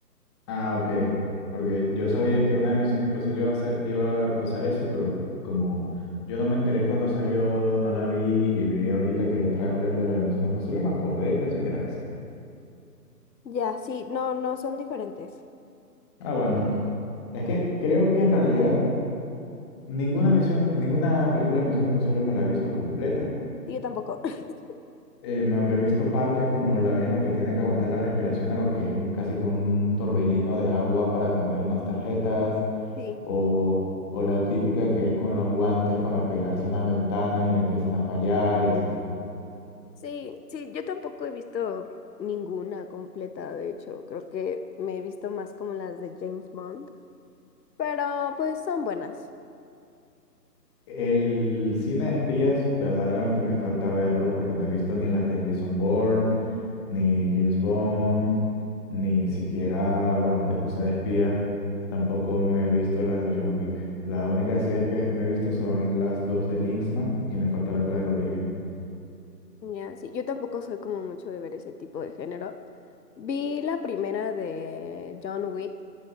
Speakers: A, on the left (about 15°); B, on the left (about 85°).
A: Ah, ok, porque yo sabía que una misión imposible iba a ser, iba a pasar eso, pero como yo no me enteré cuando salió, no la vi y vi ahorita que había tráiler de la de misión imposible, me acordé y pensé que era esa.
B: Ya, sí, no, no son diferentes.
A: Ah, bueno, es que creo que en realidad Ninguna misión, ninguna película de Misión Imposible me la he visto completa.
B: Sí, yo tampoco. <laughs>
A: Eh, me habré visto partes como la vez en la que tiene que aguantar la respiración a lo que es un, casi que un torbellino de agua para cambiar unas tarjetas,
B: Sí,
A: o, o la típica que es con los guantes para pegarse a unas ventanas y le empiezan a fallar y así.
B: sí, sí, yo tampoco he visto ninguna completa, de hecho, creo que me he visto más como las de James Bond, pero pues son buenas.
A: El cine de espías verdaderamente me falta verlo porque no he visto ni las de Jason Bourne, ni James Bond, ni siquiera, bueno, aunque no sea de espías, tampoco me he visto las de John Wick. La única así de espías que me he visto son las dos de Kingsman y me falta ver la del origen.
B: Ya, sí, yo tampoco soy como mucho de ver ese tipo de género. Vi la primera de John Wick,